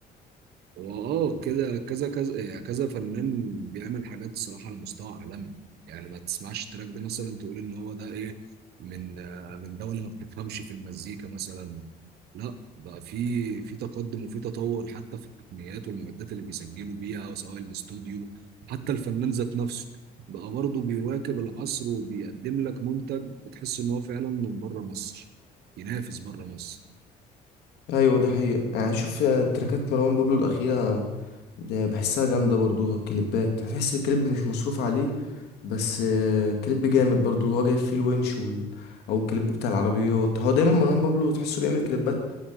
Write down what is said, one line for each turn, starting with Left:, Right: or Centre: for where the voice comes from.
Right: واه كده كذا كذا يعني كذا فنان بيعمل حاجات الصراحه على مستوى عالمي يعني ما تسمعش التراك ده مثلا تقول ان هو ده ايه من آه، من دوله ما بتفهمش في المزيكا مثلا لا بقى في في تقدم وفي تطور حتى في التقنيات والمعدات اللي بيسجلوا بيها سواء الاستوديو حتى الفنان ذات نفسه بقى برضه بيواكب العصر وبيقدم لك منتج بتحس ان هو فعلا من بره مصر ينافس بره مصر
Left: ايوه دي حقيقه يعني شوف تراكات مروان بابلو الاخيره ده بحسها جامده برضو الكليبات بحس الكليب مش مصروف عليه بس آه، كليب جامد برضو اللي هو جايب فيه الونش وال... او الكليب بتاع العربيات هو دايما مروان بابلو تحسه بيعمل كليبات